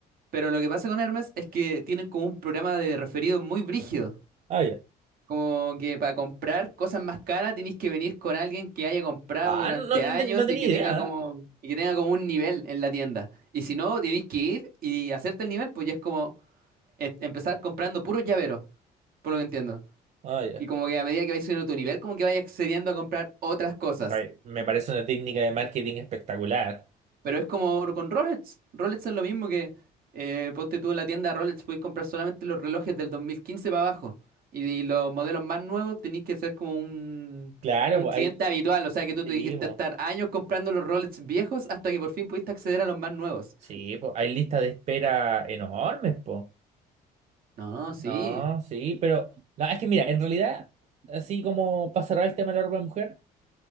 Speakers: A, on the right; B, on the right.
A: pero lo que pasa con Hermes es que tienen como un programa de referido muy brígido.
B: Ah, ya.
A: Como que para comprar cosas más caras tenéis que venir con alguien que haya comprado
B: Ah,
A: durante
B: no, no,
A: años
B: no ten- no tenía
A: y que
B: idea.
A: tenga como,
B: ¿eh?
A: y que tenga como un nivel en la tienda. Y si no, tenéis que ir y hacerte el nivel, pues ya es como eh, empezar comprando puros llaveros, por lo que entiendo.
B: Ah, ya.
A: Y como que a medida que vais subiendo tu nivel, como que vais accediendo a comprar otras cosas.
B: Ay, Me parece una técnica de marketing espectacular.
A: Pero es como con Rolex. Rolex es lo mismo que eh, ponte tú en la tienda Rolex, podéis comprar solamente los relojes del 2015 para abajo. Y, y los modelos más nuevos tenéis que ser como un,
B: Claro,
A: un
B: pues
A: cliente
B: hay.
A: habitual. O sea que tú
B: Sí,
A: tuviste
B: pues.
A: que estar años comprando los Rolex viejos hasta que por fin pudiste acceder a los más nuevos.
B: Sí, pues hay listas de espera enormes, pues.
A: No, sí.
B: No, sí, pero. No, es que mira, en realidad, así como para cerrar el tema de la ropa de mujer.